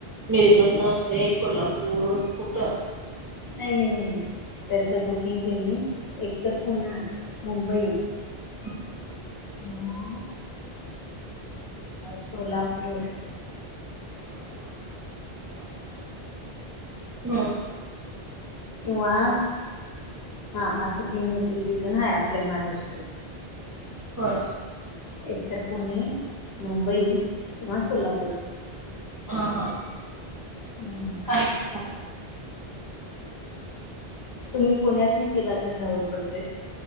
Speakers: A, on the right; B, on the left.
A: मिरजतन असतय, एक कोल्हापूर कुठ
B: नाही नाही नाही त्याच बुकिंग कणी एकतर पुन, मुंबई
A: हम <inaudible>
B: किंवा <unintelligible> सोलापूर
A: हम
B: किंवा हा असं तीन ह्याच तिथे ना आहे आपल्या महाराष्ट्रात
A: होय.
B: एकतर पुणे, मुंबई किंवा सोलापूर.
A: हा हा.
B: हम्म
A: खारीक,
B: <unintelligible>
A: खो
B: तुम्ही पुण्यातन गेला तर जवळ पडतय.